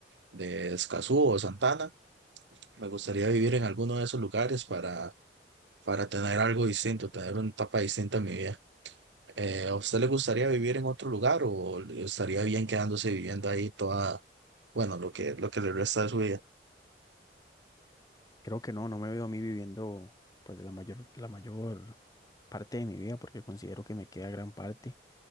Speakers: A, on the right; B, on the left.
A: de Escazú o Santana. Me gustaría vivir en alguno de esos lugares para, para tener algo distinto, tener una etapa distinta en mi vida. Eh, ¿a usted le gustaría vivir en otro lugar o le estaría bien quedándose viviendo ahí toda, bueno, lo que, lo que le resta de su vida?
B: Creo que no, no me veo a mí viviendo pues la mayor, la mayor parte de mi vida porque considero que me queda gran parte,